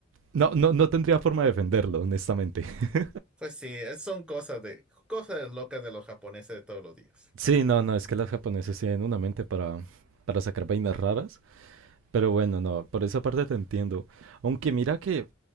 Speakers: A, on the right; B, in the centre.
A: No, no, no tendría forma de defenderlo, honestamente. <laughs>
B: pues sí, es- son cosas de cosas locas de los japoneses de todos los días.
A: Sí, no, no, es que los japoneses tienen una mente para, para sacar vainas raras. Pero bueno, no, por esa parte te entiendo. Aunque mira que